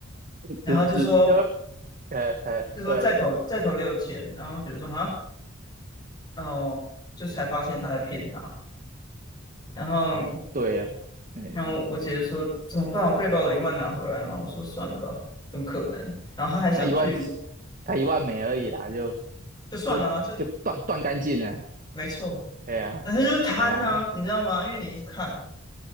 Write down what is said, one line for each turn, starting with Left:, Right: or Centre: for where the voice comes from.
Left: 然后就说
Right: 只只就，呃呃，
Left: 就说再投再投六千，
Right: 对，
Left: 然后姐姐说啊哦，就才发现他在骗他，然后
Right: 哦，对呀、啊，哎，
Left: 然后我姐姐说怎么办？我可以把我一万拿回来吗？我说算了吧，怎么可能？然后他还想去，
Right: 他一万四，他一万美而已啦，就
Left: 就算了啊，
Right: 就就断断干净了，
Left: 就没错，
Right: 哎呀、
Left: 但是就是贪啊，
Right: 哎呀、
Left: 你知道吗？因为你一直看，